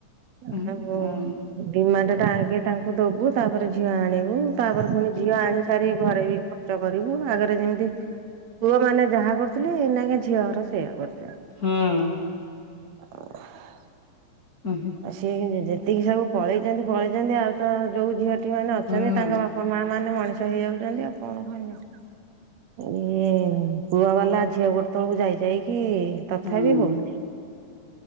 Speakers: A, on the right; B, on the left.
A: <unintelligible>
B: ହୁଁ ହୁଁ
A: ଡିମାଣ୍ଟ
B: କଣ କରିବା।
A: ଟା ଆଗେ ତା ଙ୍କୁ ଦୋବୁ ତାପରେ ଝିଅ ଆଣିବୁ ତାପରେ ଫୁଣି ଝିଅ ଆଣି ସାରି ଘରେ ବି ଖର୍ଚ୍ଚ କରିବୁ ଆଗରେ ଯେମିତି ପୁଅ ମାନେ ଯାହା କରୁଥୁଲେ ଏଇନାକେ ଝିଅ ଘର ସେୟା କରୁ
B: ହୁଁ ଉଁ
A: <unintelligible>
B: ଉଁ ହୁଁ
A: ସିଏ ଯେତିକି ସବୁ ପଳେଇଛନ୍ତି ପଳେଇଛନ୍ତି ଆଉ ତ ଯୋଉ ଝିଅଟି ମାନେ ଅଛନ୍ତି
B: ହୁଁ
A: ତାଙ୍କ ବା ହଉ ମା ମାନେ ମଣିଷ ହେଇଯାଉଛନ୍ତି ଆଉ କଣ କରିବ। ଇଏ ପୁଅ ବାଲା ଝିଅ ଗୋଡ ତଳକୁ ଯାଇ ଯାଇକି ତଥାପି
B: ହୁଁ
A: ହଉନହିଁ